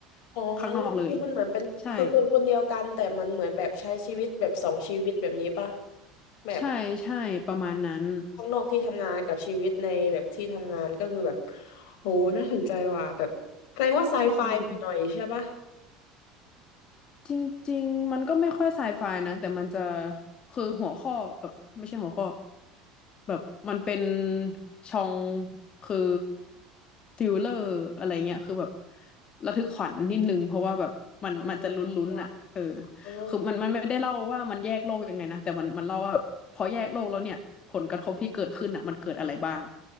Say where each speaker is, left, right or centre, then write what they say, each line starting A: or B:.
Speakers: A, on the left (about 70°); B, on the left (about 40°).
A: อ๋อ
B: ข้างนอกเลย
A: คือมันเหมือนเป็นคือคนคนเดียวกันแต่มันเหมือนแบบใช้ชีวิตแบบสองชีวิตแบบนี้ปะ
B: ใช่
A: แบบ
B: ใช่ใช่ประมาณนั้น
A: ข้างนอกที่ทำงานกับชีวิตในแบบที่ทำงานก็คือแบบโหน่าสนใจว่ะแบบแสดงว่าไซไฟหน่อยๆใช่ปะ
B: เออ จริงๆมันก็ไม่ค่อยไซไฟนะแต่มันจะคือหัวข้อแบบไม่ใช่หัวข้อแบบมันเป็นชองคือทริลเลอร์อะไรเงี้ยคือแบบระทึกขวัญนิดนึงเพราะว่าแบบมันมันจะลุ้นๆอ่ะเออ
A: อ๋อ
B: คือมันมันไม่ได้เล่าว่ามันแยกโลกยังไงนะแต่มันมันเล่าว่าแบบพอแยกโลกแล้วเนี่ยผลกระทบที่เกิดขึ้นอ่ะมันเกิดอะไรบ้าง